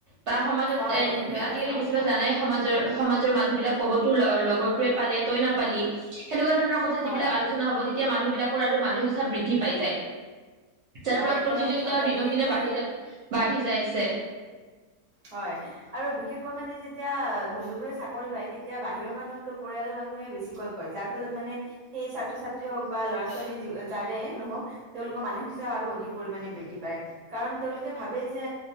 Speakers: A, on the right; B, on the right.
A: বা সমাজত
B: হয়
A: এ
B: একেবাৰে
A: আজিকালি
B: সঁচা
A: বেছিভাগ
B: কথা
A: জানাই সমাজৰ। সমাজৰ মানুহ বিলাক ক'ব, তোৰ ল-লগৰটোৱে পালে তই নাপালি সেনেকুৱা ধৰণৰ কথা
B: হয়
A: যিবিলাক আলোচনা হ'ব তিতিয়া মানুহবিলাকৰ আৰু মানু বৃদ্ধি পাই যায়। যাৰ
B: হয়
A: ফলত
B: একেবাৰে
A: প্ৰতিযোগিতাও
B: সঁচা কথা
A: দিনক
B: বিশেষকৈ
A: দিনে বাঢ়ি যা বাঢ়ি যাই আছে।
B: হয় আৰু বিশেষকৈ মানে যেতিয়া বন্ধুবোৰে চাকৰি পায় তেতিয়া বাহিৰৰ মানুহকৈ পৰিয়ালৰ মানুহে বেছিকৈ কয়। যাৰ ফলত মানে সেই ছাত্ৰ-ছাত্ৰী হওক বা ল'ৰা ছোৱালী যি যাৰে নহওক তেওঁলোকৰ মানসিকতা আৰু অধিক পৰিমামানে বৃদ্ধি পায়, কাৰণ তেওঁলোকে ভাবে যে